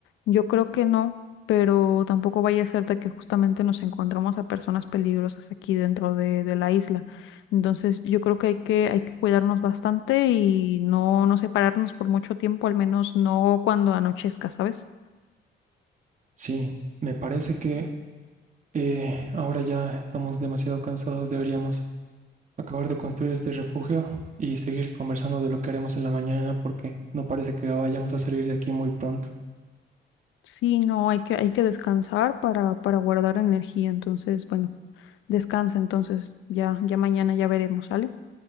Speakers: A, on the left; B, on the right.
A: Yo creo que no, pero tampoco vaya a ser de que justamente nos encontramos a personas peligrosas aquí dentro de, de la isla. Entonces yo creo que hay que, hay que cuidarnos bastante y no, no separarnos por mucho tiempo, al menos no cuando anochezca, ¿sabes?
B: Sí, me parece que eh, ahora ya estamos demasiado cansados, deberíamos acabar de construir este refugio y seguir conversando de lo que haremos en la mañana porque no parece que vayamos a salir de aquí muy pronto.
A: Sí, no, hay que, hay que descansar para, para guardar energía. Entonces, bueno, descansa entonces. Ya, ya mañana ya veremos, ¿sale?